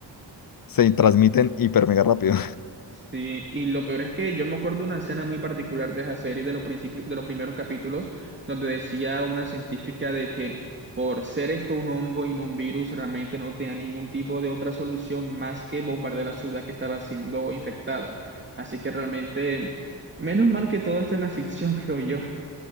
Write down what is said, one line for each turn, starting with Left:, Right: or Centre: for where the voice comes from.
Left: se transmiten hiper mega rápido.
Right: Sí, y lo peor es que yo me acuerdo de una escena muy particular de esa serie, de los principios, de los primeros capítulos, donde decía una científica de que por ser esto un hongo y no un virus, realmente no tenía ningún tipo de otra solución más que bombardear la ciudad que estaba siendo infectada. Así que realmente, menos mal que todo esto en la ficción, <laughs> creo yo.